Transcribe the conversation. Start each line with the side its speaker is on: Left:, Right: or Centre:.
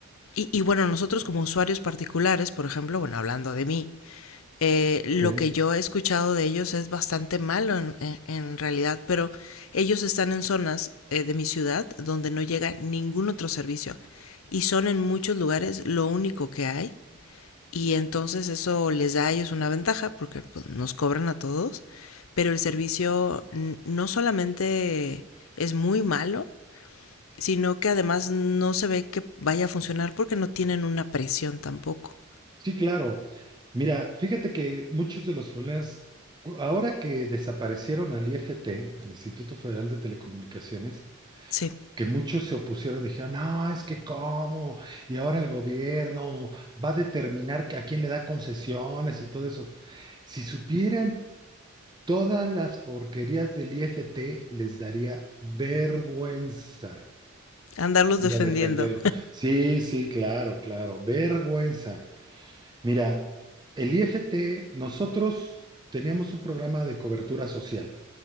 Left: y, y bueno, nosotros como usuarios particulares, por ejemplo, bueno, hablando de mí, eh, lo
Right: Sí,
Left: que yo he escuchado de ellos es bastante malo en, en- en realidad, pero ellos están en zonas eh, de mi ciudad donde no llega ningún otro servicio y son en muchos lugares lo único que hay y entonces eso les da a ellos una ventaja porque pues, nos cobran a todos, pero el servicio n- no solamente es muy malo, sino que además no se ve que vaya a funcionar porque no tienen una presión tampoco.
Right: Sí, claro. Mira, fíjate que muchos de los problemas, ahora que desaparecieron al IFT, al Instituto Federal de Telecomunicaciones,
Left: Sí,
Right: que muchos se opusieron, dijeron, no, es que cómo, y ahora el gobierno va a determinar que a quién le da concesiones y todo eso. Si supieran todas las porquerías del IFT, les daría vergüenza
Left: andarlos
Right: salir
Left: defendiendo.
Right: a defenderlo. Sí, sí, claro, claro, vergüenza. Mira, el IFT, nosotros teníamos un programa de cobertura social,